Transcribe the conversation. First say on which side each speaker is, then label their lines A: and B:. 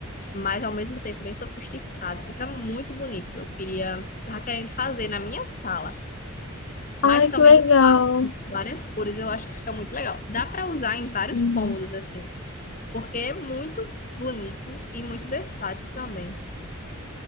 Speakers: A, on the left; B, on the left.
A: mas ao mesmo tempo bem sofisticado, fica muito bonito. Eu queria, tava querendo fazer na minha sala, mas
B: Ai,
A: também
B: que legal.
A: no quarto, assim, com várias cores, eu acho que fica muito legal. Dá para usar em vários
B: Uhum.
A: cômodos assim, porque é muito bonito e muito versátil também.